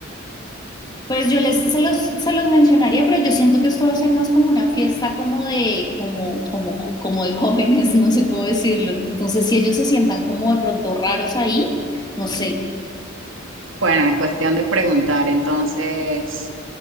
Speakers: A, on the left (about 20°); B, on the right (about 75°).
A: Pues yo les, se los, se los mencionaría, pero yo siento que esto va a ser más como una fiesta como de, como, como, jo- como de jóvenes, <laughs> no sé cómo decirlo. Entonces, si ellos se sientan como de pronto raros ahí, no sé,
B: Bueno, es cuestión de preguntar entonces